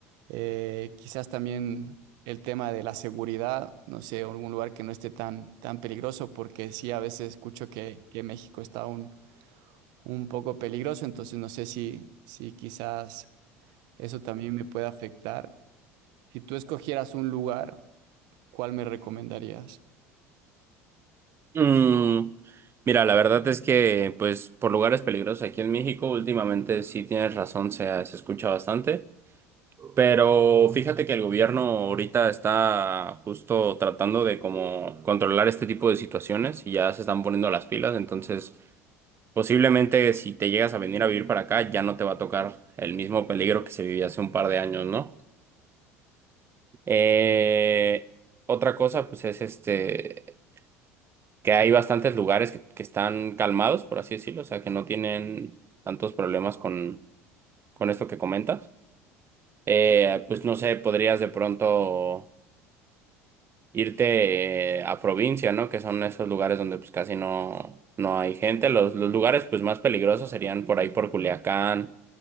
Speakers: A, on the right; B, on the right.
A: Eh, quizás también el tema de la seguridad, no sé, algún lugar que no esté tan, tan peligroso, porque sí, a veces escucho que, que México está un, un poco peligroso, entonces no sé si, si quizás eso también me puede afectar. Si tú escogieras un lugar, ¿cuál me recomendarías?
B: Mm, mira, la verdad es que, pues, por lugares peligrosos aquí en México, últimamente sí tienes razón, se, se escucha bastante. Pero fíjate que el gobierno ahorita está justo tratando de como controlar este tipo de situaciones y ya se están poniendo las pilas, entonces posiblemente si te llegas a venir a vivir para acá ya no te va a tocar el mismo peligro que se vivía hace un par de años, ¿no? Eh, otra cosa pues es este que hay bastantes lugares que, que están calmados, por así decirlo, o sea que no tienen tantos problemas con, con esto que comentas. Eh, pues no sé, podrías de pronto irte eh, a provincia, ¿no? Que son esos lugares donde pues casi no, no hay gente. Los, los lugares pues más peligrosos serían por ahí por Culiacán,